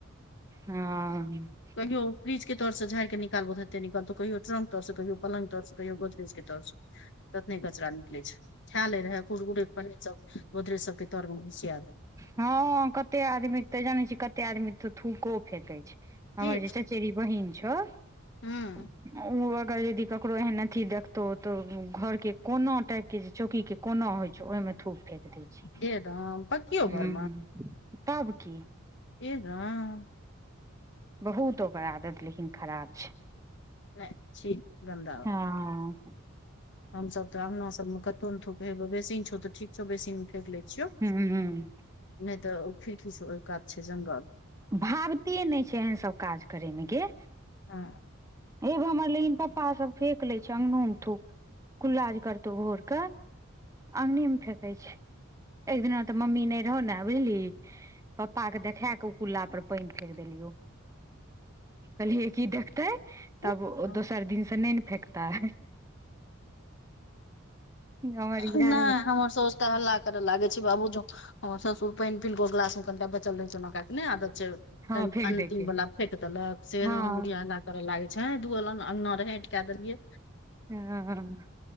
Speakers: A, on the right (about 15°); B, on the left (about 60°).
A: हँ
B: कहियो। फ्रिज तर सँ झाड़ि के निकालबो, तते निकल तऽ कहियो ट्रंक। तर सँ कहियो पलंग तर सँ, कहियो गोदरेज के तर सँ, ततने कचड़ा निकलै छै। खाए ले रहे कुरकुरे, पनीर सभ गोदरेज सबके तर मे घुसिया दे।
A: हाँ कते आदमी तऽ जानै छै, कते आदमी तऽ थूक फेकै छै। हमर
B: की
A: जे चचेरी बहिन छ।
B: हूँ
A: ओ अगर यदि ककरो एहन अथि देखतौ तऽ घर के कोनो टाइप के जे चौकी के। कोना होइ छै, ओहिमे थूक फेक दै छै
B: हे राम पकियो घर
A: हम तऽ की।
B: एकग
A: बहुत ओकर आदत खराब छै।
B: नहि छि गन्दा
A: हँ
B: हमरास तऽ अंगना सभ मे कतौ ने थूक हे, बेसिन छोड़ि तऽ ठीक। चौ बेसिन मे फेक ले छियौ,
A: ह
B: नहि तऽ ओ खिड़की सँ ओहि कात छै जंगल।
A: भाविते नहि छै एहन सभ काज करय मे गे।
B: हा
A: हे हमर, लेकिन पप्पा सभ फेक लै छै अंगनामे, थूक कुल्ला करतौ भोरके। अंगनेमे फेकै छै। एक दिना तऽ मम्मी नहि रहौ ने, बुझली। पप्पा के देखा कऽ उ कुल्ला पर पानी फेक देलियौ। कहलि की देखतै।
B: ठीक
A: तब ओ दोसर दिन सँ नहि ने फेकतै। हमरिया
B: नहि हमर साउस तऽ हल्ला करे लागे छै, बाबू जो ससुर पानी पीके ग्लास मे कनिटा बचल रहै छै ने आदत छै
A: हँ फेेक
B: अंतिम
A: दैके
B: वाला फेक देलक से
A: हँ
B: बुढ़िया हला करऽ लागे छै, दुनू लऽ अंगना रहे एएंठ कऽ देलियै।
A: हँ